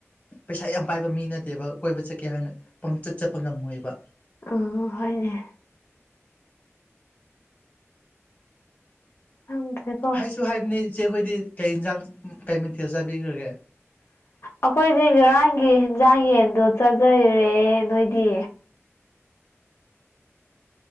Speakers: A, on the left; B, on the left.
A: ꯄꯩꯁꯥ ꯌꯥꯝ ꯄꯥꯏꯕ ꯃꯤ ꯅꯠꯇꯦꯕ ꯀꯣꯏꯕ ꯆꯠꯀꯦ ꯍꯥꯏꯅ ꯄꯪꯆꯠ ꯆꯠꯄ ꯉꯝꯃꯣꯏꯕ
B: ꯑꯣ ꯍꯣꯢꯅꯦ ꯈꯪꯗ꯭ꯔꯦ
A: ꯍꯥꯏꯁꯨ ꯍꯥꯏꯕꯅꯤ ꯏꯆꯦ ꯈꯣꯏꯗꯤ ꯀꯩ ꯏꯟꯁꯥꯡ ꯀꯩ ꯃꯊꯦꯜ ꯆꯥꯕꯤꯈ꯭ꯔꯒꯦ
B: ꯑꯩꯈꯣꯏꯗꯤ ꯉꯔꯥꯡꯒꯤ ꯍꯦꯟꯖꯥꯡ ꯌꯦꯟꯗꯣ ꯆꯥꯖꯔꯦ ꯅꯣꯏꯗꯤ